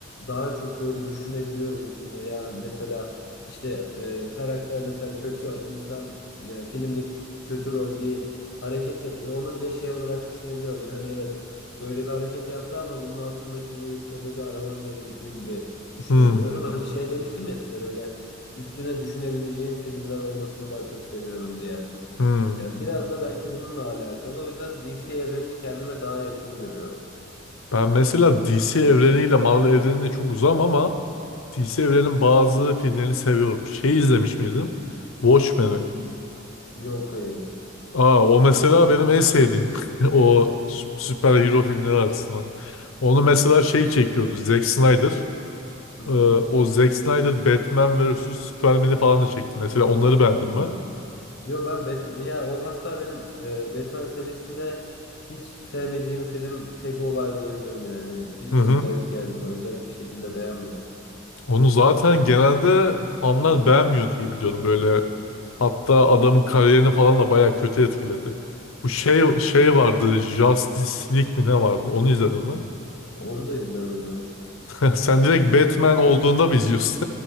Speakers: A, on the left; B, on the left.
A: daha çok böyle düşünebiliyorum üstüne ya mesela işte e, karakter mesela kötü insan e, filmde k- kötü rol bir hareket yapıyor onu bile şey olarak düşünebiliyorum yani evet böyle bir hareket yaptı ama bunun altındaki bir sebebi aramam gerekiyor gibi düşünebiliyorum
B: hı hı.
A: hani şey demiştim ya size böyle üstüne düşünebileceğim filmler olmasını daha çok seviyorum diye.
B: hı.
A: Ya biraz da belki bununla alakalı. O yüzden DC evrenini kendime daha yakın görüyorum.
B: Ben mesela DC evreniyle Marvel evrenine çok uzam ama DC evrenin bazı filmlerini seviyorum. Şey izlemiş miydin? Watchmen'i.
A: Yok hayır.
B: Aa, o mesela benim en sevdiğim. <laughs> O sü- süper hero filmleri arasında. Onu mesela şey çekiyordu. Zack Snyder.
A: Hı hı.
B: Ee, o Zack Snyder Batman vs. Superman'i falan da çekti. Mesela onları beğendim
A: Hmm.
B: ben.
A: Yo ben Batman ya o hatta benim e, Batman serisinde hiç sevmediğim film tek o var diyebilirim yani. Bilmiyorum
B: Hı hı.
A: garip geldi bana. Garip bir şekilde beğenmedim.
B: Onu zaten genelde fanlar beğenmiyor diye biliyorum. Böyle
A: Hı hı.
B: hatta adamın kariyerini falan da bayağı kötü etkiledi. Bu şey şey vardı Justice League mi ne vardı? Onu izledin mi?
A: <laughs> Onu da izlemedim.
B: <laughs> Sen direkt Batman
A: <laughs>
B: olduğunda mı izliyorsun?